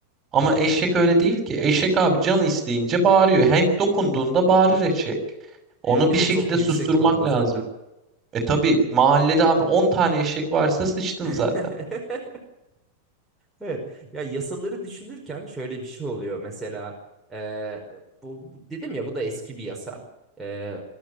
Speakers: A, on the right (about 25°); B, in the centre.
A: Ama
B: tabii
A: eşek
B: ki.
A: öyle değil ki. Eşek abi canı isteyince bağırıyor. Hem dokunduğunda bağırır eşek. Onu
B: Evet, bir
A: bir şekilde
B: de çok yüksek
A: susturmak
B: tonda
A: lazım.
B: zaten.
A: E tabii mahallede abi 10 tane eşek varsa sıçtın
B: <laughs>
A: zaten.
B: Evet. Ya yasaları düşünürken şöyle bir şey oluyor. Mesela e, bu bu- dedim ya bu da eski bir yasa. E,